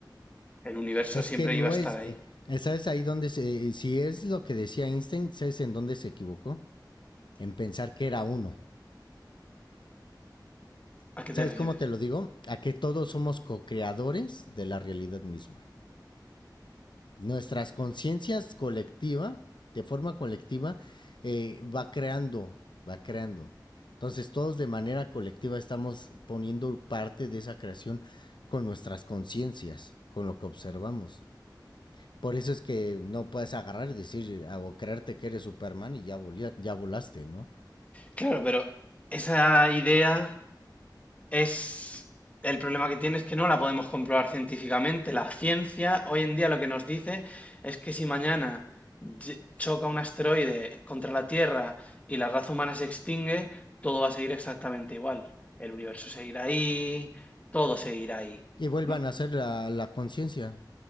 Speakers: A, on the left; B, on the left.
A: El universo
B: Es
A: siempre
B: que no
A: iba a
B: es,
A: estar ahí.
B: eh, eh, ¿sabes ahí donde se, eh, si es lo que decía Einstein, ¿sabes en dónde se equivocó? En pensar que era uno.
A: ¿A qué te
B: ¿Sabes
A: refieres?
B: cómo te lo digo? A que todos somos co-creadores de la realidad misma. Nuestras conciencias colectiva, de forma colectiva, eh, va creando, va creando. Entonces todos de manera colectiva estamos poniendo parte de esa creación con nuestras conciencias, con lo que observamos. Por eso es que no puedes agarrar y decir ah, o creerte que eres Superman y ya, volía- ya volaste, ¿no?
A: Claro, pero esa idea es... El problema que tiene es que no la podemos comprobar científicamente. La ciencia hoy en día lo que nos dice es que si mañana ll- choca un asteroide contra la Tierra y la raza humana se extingue, todo va a seguir exactamente igual. El universo seguirá ahí, todo seguirá ahí.
B: Y vuelvan
A: No,
B: a hacer la, la conciencia,